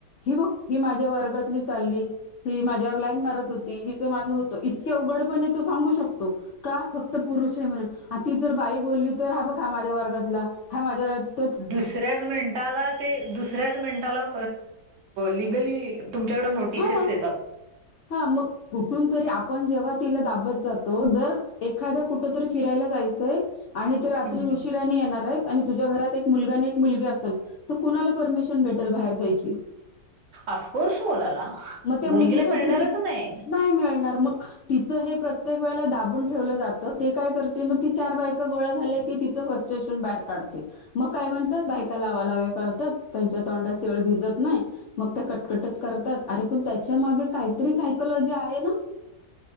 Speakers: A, on the left (about 60°); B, on the right (about 50°).
A: ही बघ, ही माझ्या वर्गातली चालली. ही माझ्यावर ला हिच माझं होतं, इतक्या उघडपणे तो सांगू शकतो. का फक्त पुरुष आहे म्हणून, ती जर बाई बोलली तर, हा बघ हा माझ्या वर्गातला हा माझ्या वर ला
B: दुसऱ्याच मिनटाला. ते दुसऱ्याच मिनटाला, लिगली तुमच्याकडे नोटीसेस
A: हा
B: येतात.
A: हा मग कुठून तरी आप आपण जेव्हा तिला दाबत जातो, जर एखाद्या कुठ तरी फिरायला जायचंय. आणि ते रात्री
B: हम्
A: उशीर
B: हम.
A: दोनी येनार आहेत आणि तुझ्या घरात मुलगा एक मुलगी असेल तर कुणाला परमिशन भेटेल बाहेर जायची
B: अफकोर्स मुलाला
A: मग त्या
B: मुलगीला
A: मुलीसाठी
B: मिळणारच
A: ते
B: नाही
A: नाही मिळणार मग तिचं हे प्रत्येक वेळेला दाबून ठेवलं जातं ते काय करते मग ती चार बायका गोळा झाल्या की तीच फर्स्टेशन बाहेर काढते मग काय म्हणतात बायका लावा लाव्या करतात त्यांच्या तोंडात तिळ भिजत नाही मग त्या कटकटच करतात अरे पण त्याच्या मागे काहीतरी सायकलॉजी आहे ना